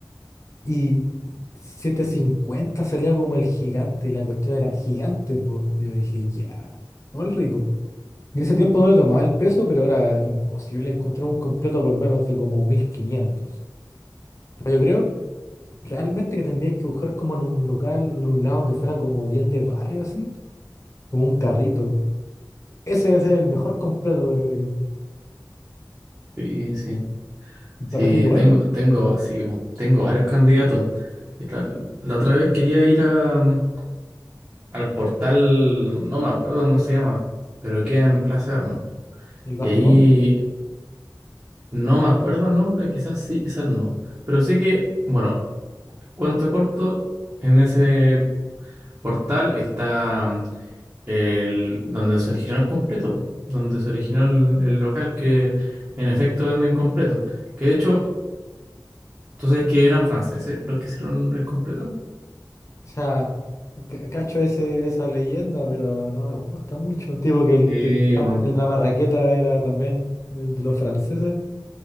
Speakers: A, on the left; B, on the right.
A: y 750 salía como el gigante y la cuestión era gigante, pues. Yo dije, ya, no el rico. Y en ese tiempo no le tomaba el peso, pero era imposible encontrar un completo por menos de como 1500. Pero yo creo Realmente que tendríais que buscar como en un local, en un lado que fuera como bien de barrio, así, como un carrito. Ese debe ser el mejor completo, creo yo.
B: Sí, sí. Sí,
A: Para ti igual,
B: tengo,
A: ¿o ¿no?
B: tengo, sí, po, tengo varios candidatos. Y La, la otra vez quería ir a, mm, al portal, no me acuerdo cómo se llama, pero queda en Plaza de Armas.
A: El Bajamonde.
B: Y ahí no me acuerdo el nombre, quizás sí, quizás no. Pero sé que, bueno, Cuento corto, en ese portal está mm, el donde se originó el completo, donde se originó el, el local que en efecto venden completo. Que de hecho, tú sabes que eran franceses los que hicieron el completo.
A: O sea, ca- cacho ese, esa leyenda, pero no me gusta mucho. Tipo que el,
B: Sí,
A: el pan,
B: bueno,
A: el- la marraqueta era también de los franceses.